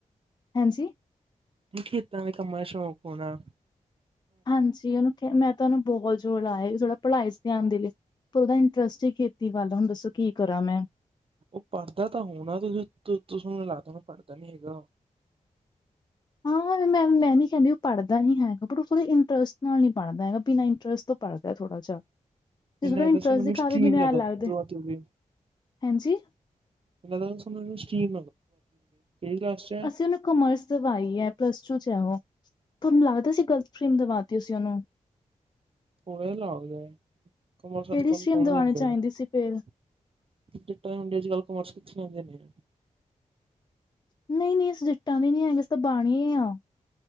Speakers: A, on the left; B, on the right.
A: ਹਾਂਜੀ।
B: ਨੀ ਖੇਤਾਂ ਦੇ ਕੰਮਾ ਦਾ ' ਸੋ਼ਕ' ਪੋਣਾ।
A: ਹਾਂਜੀ, ਉਹਨੂੰ ਮੈਂ ਤਾਂ ਉਹਨੂੰ ਬਹੁਤ ਜ਼ੋਰ ਲਾਇਆ ਥੋੜਾ ਪੜ੍ਹਾਈ' ਧਿਆਨ ਦੇ ਲਈ, ਪਰ ਉਹਦਾ ਇੰਟਰਸਟ ਹੀ ਕੀ। ਤੀ ਵੱਲ ਹੁਣ ਦੱਸੋ ਕੀ ਕਰਾਂ ਮੈਂ?
B: ਉਹ ਪੜ੍ਹਦਾ ਤਾਂ ਹੋਣਾ, ਤੁਸੀਂ ਤੋ ਨੂੰ ਲੱਗਦਾ ਹੋਨਾ ਪੜ੍ਹਦਾ' ਨੀ ਹੈਗਾ।
A: ਹਾਂ, ਏ ਮੈਂ, ਮੈਂ ਨੀ ਕਾਹਦੀ, ਓਹ ਪੜ੍ਹਦਾ ਨੀ ਹੈਗਾ ਪਰ ਓਹ ਪੁਰੇ ਇੰਟਰਸਟ ਨਾਲ ਨੀ ਪੜ੍ਹਦਾ ਹੈਗਾ। ਬਿਨਾਂ ਇੰਟਰਸਟ ਤੋਂ ਪੜਦਾ ਥੋੜਾ ਜਿਹਾ ਜਿਸ
B: ਮੈਨੂੰ ਲੱਗਦਾ
A: ਇੰਟਰਸਟ'
B: ਸਾਨੂੰ
A: ਦਿਖਾਵੇ
B: ਸਟਰੀਮ
A: ਮੈਨੂੰ
B: ਨਾ ਗਲਤ
A: ਲੱਗਦਾ।
B: ਆਤੀ ਹੋਵੇ
A: ਹਂਜੀ।
B: <unintelligible> ਕਿਹੜੀ ਕਲਾਸ ਵਿੱਚ।
A: ਅਸੀਂ ਉਹਨੂੰ ਕਾਮਰਸ ਦਵਾਈ ਹੈ, ਪਲੱਸ ਟੂ 'ਚ' ਹੈ ਉਹ। ਤਹਾਨੂੰ ਲੱਗਦਾ ਸੀ, ਗਲਤ' ਫਰੇੇਮ ਦਿਵਾ ਦਿੱਤੀ ਅਸੀਂ ਓਹਨੂੰ।
B: ਥੋੜਾ ਜ ਲਾਗਦੇ ਕਮਲ ਸਤ
A: ਕਿਹੜੀ
B: ਕੋਲ,
A: ਸਟਰੀਮ
B: ਕੌਣ
A: ਦਵਾਉਣੀ
B: ਲੈਂਦਾ
A: ਚਾਹੀਦੀ
B: ਆ।
A: ਸੀ ਫੇਰ
B: <unintelligible> ਕੀ ਕੀਤੈ ਹੋੰਡੇਚੀ ਗੱਲ ਕ ਵਾਪਸੀ ਪੁੱਛ ਲੈਂਦੇ ਹੈਗੇ ਆ।
A: ਨਹੀਂ, ਨਹੀਂ ਅਸੀ ਜੱਟਾਂ ਦੇ ਨਹੀ ਹੈਗੇ ਅਸੀ ਬਾਣੀਏ ਆ।